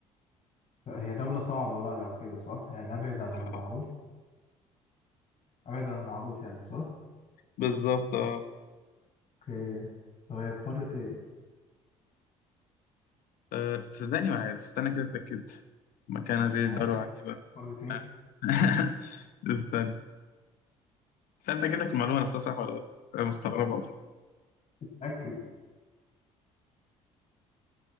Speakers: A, on the left; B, on the left.
A: هي دولة صعبة بقى لو كده صح يعني أبعد عن
B: آه،
A: المعروف أبعد عن المعروف يعني صح
B: بالظبط اه
A: أوكي طب هي في قارة إيه
B: آه، صدقني ما عارف استنى كده اتأكد مكانها
A: مش
B: زي الدولة
A: عارف
B: العجيبة
A: هي في قارة إيه
B: <laughs> استنى استنى أتأكد لك المعلومة نفسها صح ولا غلط أنا مستغربة
A: أكد